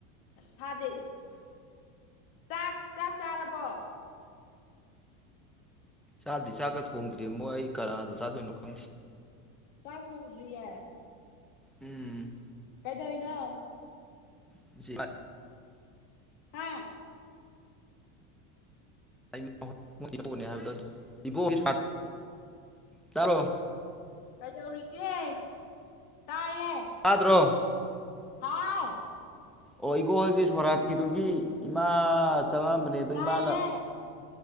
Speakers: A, on the left; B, in the centre.
A: ꯊꯥꯗꯦ ꯏꯁꯀꯣ ꯆꯥꯛ ꯆꯥꯛ ꯆꯥꯔꯕꯣ
B: ꯆꯥꯗꯤ ꯆꯥꯛꯒ ꯊꯣꯡꯗ꯭ꯔꯤ ꯑꯃꯣ ꯑꯩ ꯀꯅꯥꯗ ꯆꯥꯗꯣꯏꯅꯣ ꯈꯪꯗꯦ
A: ꯆꯥꯛ ꯊꯣꯡꯗꯔꯤꯌꯦ
B: ꯎꯝ
A: ꯀꯩꯗꯧꯔꯤꯅꯣ
B: <unintelligible>
A: ꯍꯥꯥ
B: ꯑꯩ ꯌꯧꯕꯅꯦ ꯍꯥꯏꯕꯗꯣ ꯑꯗꯨ ꯏꯕ <unintelligible> ꯇꯥꯕꯣꯔ
A: ꯀꯩꯗꯧꯔꯤꯒꯦ ꯇꯥꯏꯌꯦ
B: ꯇꯥꯗ꯭ꯔꯣ
A: ꯍꯥꯎ
B: ꯑꯣ ꯏꯕꯣꯍꯣꯏꯒꯤ ꯁꯣꯔꯥꯠꯀꯤꯗꯨꯒꯤ ꯏꯃꯥ ꯆꯪꯉꯛꯑꯝꯕꯅꯦ ꯑꯗꯨ
A: ꯇꯥꯏꯌꯦ
B: ꯏꯃꯥꯅ